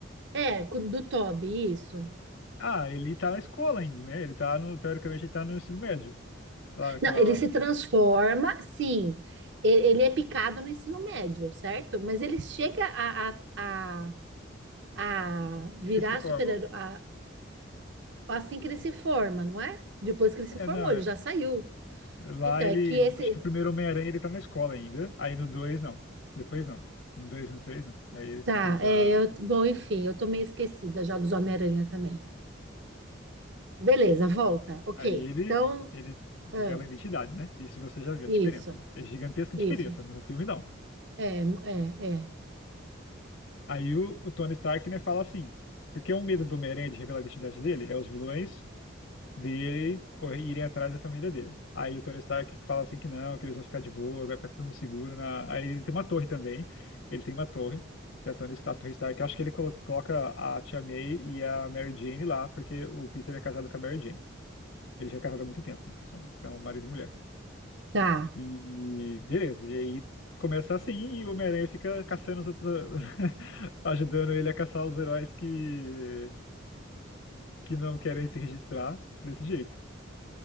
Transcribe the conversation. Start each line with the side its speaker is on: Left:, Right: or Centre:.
Right: É, co- do Toby, isso.
Left: Ah, ele tá na escola ainda, né? Ele tá no, teoricamente, ele tá no ensino médio. Lá naquela.
Right: Não, ele se transforma, sim. E- Ele é picado no ensino médio, certo? Mas ele chega a, a, a, a virar
Left: Ele se forma.
Right: super-herói a- assim que ele se forma, não é? Depois que ele se formou,
Left: É, não,
Right: ele
Left: é.
Right: já saiu.
Left: Lá
Right: Então,
Left: ele.
Right: é que esse.
Left: Acho que o primeiro Homem-Aranha ele tá na escola ainda. Aí no 2 não. Depois não. No 2 e no 3 não. Aí ele
Right: Tá,
Left: se já.
Right: é, eu- bom, enfim, eu tô meio esquecida já dos Homem-Aranha também. Beleza, volta. Ok.
Left: Aí ele,
Right: Então,
Left: ele
Right: ah,
Left: revela a identidade, né? Isso você já viu
Right: isso,
Left: a diferença. É gigantesca
Right: isso.
Left: a diferença no filme, não.
Right: É, é, é.
Left: Aí o, o Tony Stark, né, fala assim, porque o medo do Homem-Aranha de revelar a identidade dele é os vilões dele correr, irem atrás da família dele. Aí o Tony Stark fala assim que não, que eles vão ficar de boa, vai ficar tudo seguro na... Aí ele tem uma torre também, ele tem uma torre, que é a Tony Stark, a Torre Stark. Eu acho que ele colo- coloca a Tia May e a Mary Jane lá, porque o Peter é casado com a Mary Jane. Ele já é casado há muito tempo, são, são marido e mulher.
Right: Tá.
Left: E beleza, e aí começa assim e o Homem-Aranha fica caçando os outros, <laughs> ajudando ele a caçar os heróis que, que não querem se registrar desse jeito.